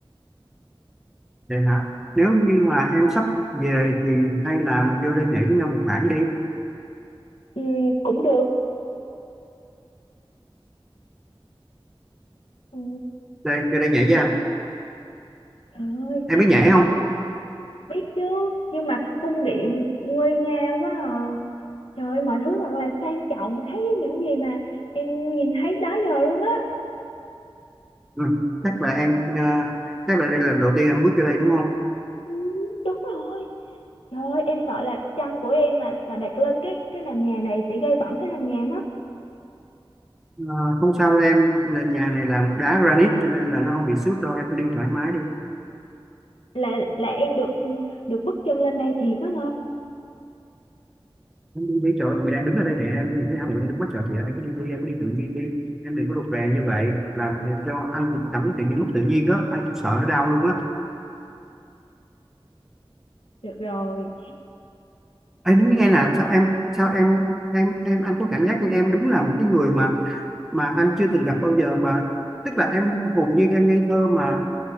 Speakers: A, in the centre; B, on the left.
A: vậy hả nếu như mà em sắp về thì hay là mình vô đây nhảy với nhau một bản đi
B: ừ, cũng được ừ.
A: đây vô đây nhảy với anh
B: Trời ơi,
A: em biết nhảy
B: con
A: không
B: biết chứ. Nhưng mà cung điện nguy nga quá à. Trời ơi, mọi thứ thật là sang trọng khác với những gì mà em nhìn thấy đó giờ luôn á.
A: ừ. chắc là em ờ, chắc là đây là lần đầu tiên em bước vô đây đúng không
B: Ừ, đúng rồi. Trời ơi, em sợ là chăn của em mà mà đặt lên cái cái nền nhà này sẽ gây bẩn cái nền nhà mất.
A: Ờ, không sao đâu em là nhà này làm đá granite cho nên là nó không bị xước đâu em cứ đi thoải mái đi
B: Là là em được ừ, được bước chân lên đây thiệt á hả?
A: em đi đi trời ơi, mọi người đang đứng ở đây nè em nhìn thấy hai người đang đứng quá trời kìa anh cứ đi đi em cứ đi tự nhiên đi em đừng có rụt rè như vậy làm cho anh cũng cảm tự nhiên lúc tự nhiên đó anh cũng sợ nó đau luôn á
B: Được rồi.
A: em nói nghe nè sao em sao em em em anh có cảm giác như em đúng là một cái người mà mà anh chưa từng gặp bao giờ mà tức là em hồn nhiên em ngây thơ mà